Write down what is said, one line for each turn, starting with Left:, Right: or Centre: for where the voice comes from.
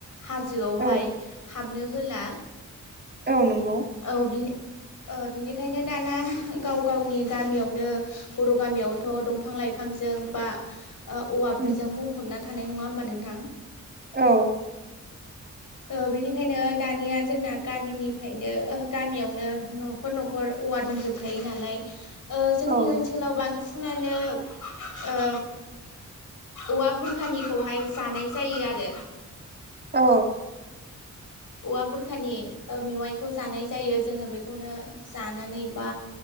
Left: हाजोआवहाय
Right: औ
Left: हा हाबनो होला।
Right: औ नों
Left: औ बिनि ओ बिनिखायनो दाना गाव गावनि गामियावनो बर' गामियावथ' दंफां लाइफांजों बा ओ औवाफोरजों
Right: उम
Left: बुंफबना थानाय नङा होमबा नोंथां?
Right: औ।
Left: ओ बेनिखायनो दानिया जोंना गामिनिफ्रायनो ओ गामियावनो न'खर न'खर औवा दंजोबखायो नालाय ओ जोंनि
Right: औ नंगौ
Left: ओनसोलाव बांसिन सिनानो ओ औवा बुरखानिखौहाय जानाय जायो आरो।
Right: औ।
Left: औवा बुरखानि ओ मेवाइखौ जानाय जायो जोङो बेखौनो जानानै बा